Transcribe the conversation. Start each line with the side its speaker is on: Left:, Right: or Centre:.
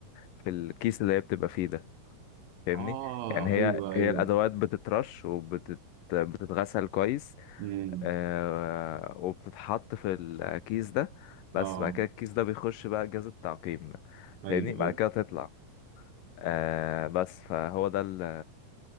Left: في الكيس اللي هي بتبقى فيه ده فاهمني
Right: اه
Left: يعني هي
Right: ايوه ايوه
Left: هي الأدوات بتترش وبتت بتتغسل كويس
Right: امم
Left: آه، وبتتحط في الكيس ده بس
Right: اه
Left: بعد كده الكيس ده بيخش بقى جهاز التعقيم ده فاهمني
Right: ايوه
Left: بعد
Right: ايوه
Left: كده تطلع آه بس فهو ده ال